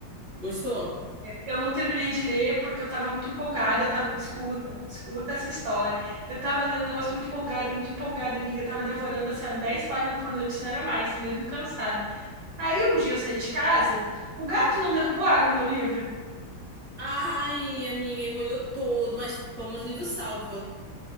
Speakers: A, on the right; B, on the right.
A: Gostou?
B: Eu não terminei de ler porque eu tava muito empolgada. Eu tava, escuta, escuta essa história. Eu tava lendo um negócio muito empolgada, muito empolgada, amiga. Eu tava devorando assim, ó, 10 páginas por noite, se não era mais, mesmo cansada. Aí um dia eu saí de casa, o gato não derrubou água no meu livro.
A: Ai, amiga, e molhou todo, mas toma os livros salva.